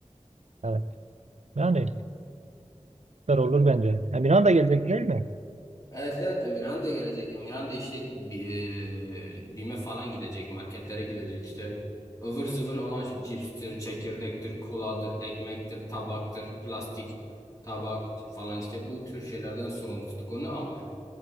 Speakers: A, on the right; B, on the left.
A: Evet. Yani süper olur bence. Emirhan da gelecek değil mi?
B: Evet evet Emirhan da gelecek. Emirhan da işte bi- e, BİM'e falan gidecek. Marketlere gidecek işte. ıvır zıvır olan şu cipstir, çekirdektir, koladır, ekmektir, tabaktır, plastik tabak falan işte bu tür şeylerden sorumlu tuttuk onu ama